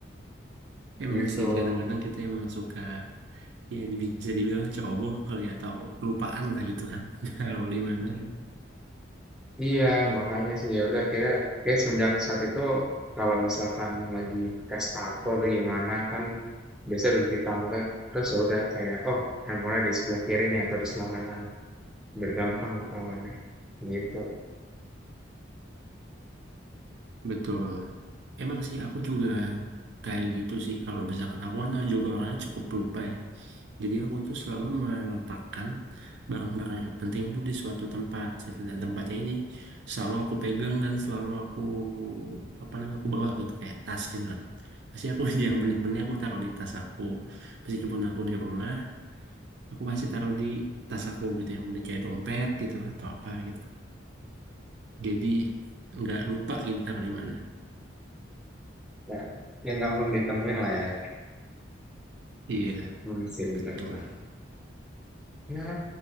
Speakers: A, on the right; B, in the centre.
A: Emang
B: gitu
A: sih kadang-kadang kita emang suka ya di- bisa dibilang ceroboh kali ya, atau lupaan lah gitu kan <laughs> taruh di mana gitu.
B: iya
A: Aduh.
B: makanya sih ya udah akhirnya kayak semenjak saat itu kalau misalkan lagi pakai sepatu atau gimana kan biasa duduk di tangga terus ya udah kayak oh handphonenya di sebelah kiri nih atau di sebelah kanan biar gampang ketahuannya gitu
A: Betul. Emang sih aku juga kayak gitu sih kalau misalkan aku kan juga orangnya cukup lupa ya. Jadi aku tuh selalu meletakkan barang-barang yang penting tuh di suatu tempat gitu. Dan tempatnya ini selalu aku pegang dan selalu aku apa namanya aku bawa gitu kayak tas gitu kan. Pasti aku <laughs> yang
B: Mhm.
A: penting-penting aku taruh di tas aku. Meskipun aku di rumah aku masih taruh di tas aku gitu yang penting kayak dompet gitu atau apa gitu jadi nggak lupa gitu taruh di mana
B: Ya, yang gampang ditemuin lah ya
A: iya
B: Hmm, sih benar-benar
A: betul
B: ya